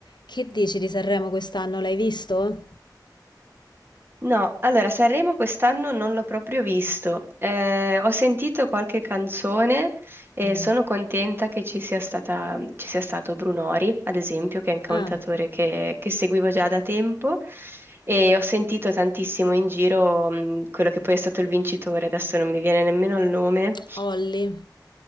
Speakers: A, on the left (about 75°); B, on the right (about 30°).
A: Che dici di Sanremo quest'anno? L'hai visto?
B: No, allora Sanremo quest'anno non l'ho proprio visto. Eh, ho sentito qualche canzone e
A: Mm.
B: sono contenta che ci sia stata, ci sia stato Brunori, ad esempio, che è un cantautore
A: Ah,
B: che, che seguivo già da tempo e ho sentito tantissimo in giro, mh, quello che poi è stato il vincitore, adesso non mi viene nemmeno il nome.
A: Olli.